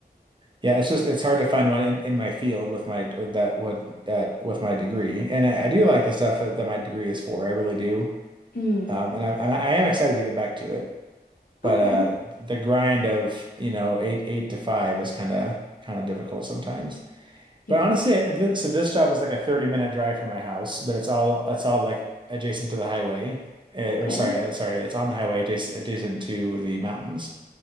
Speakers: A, on the right; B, on the left.
A: Yeah, it's just it's hard to find one in, in my field with my with that would that with my degree, and I, I do like the stuff that, that my degree is for. I really do,
B: Mm.
A: um, and I, I I am excited to get back to it. But
B: Okay.
A: uh, the grind of you know eight eight to five is kind of kind of difficult sometimes.
B: Yeah.
A: But honestly, I- th so this job is like a 30 minute drive from my house, but it's all it's all like adjacent to the highway, Eh,
B: Okay.
A: or sorry uh, sorry it's on the highway adjacent adjacent to the mountains.